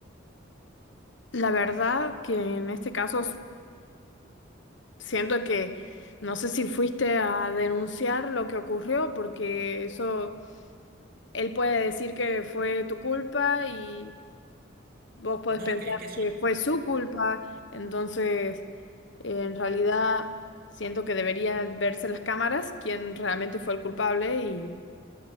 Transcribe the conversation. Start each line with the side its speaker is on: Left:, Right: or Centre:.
Left: La verdad que en este caso s- siento que no sé si fuiste a denunciar lo que ocurrió porque eso él puede decir que fue tu culpa y vos podés
Right: No,
Left: pensar
Right: es que, es que eso,
Left: que fue su culpa. Entonces, en realidad siento que deberían verse las cámaras quién realmente fue el culpable y